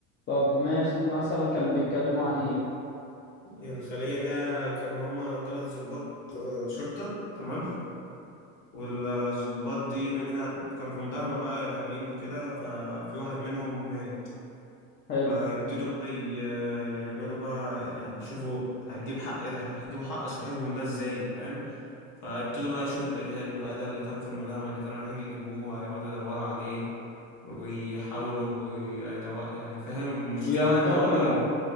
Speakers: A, on the left (about 25°); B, on the left (about 45°).
A: طب ماشي مثلا كانوا بيتكلموا عن ايه
B: الخلية ده كانوا هما تلات ظباط آه، شرطة تمام والظباط دي منها كانوا في مداهمة بقى إرهابيين وكده ففي واحد منهم مات
A: حلو
B: فيبتدوا بقى ي- يعملوا بقى يعني يشوفوا هيجيب حق ده هيجيبوا حق صاحبهم ده ازاي فاهم فيبتدوا بقى يشوفوا الإرهابي بقى ده اللي كان في المداهمة اللي كانوا رايحين يجيبوه هيقعدوا يدوروا عليه ويحاولوا يدور يعني فاهم المشكلة
A: ينتقموا
B: بقى إن هو الراجل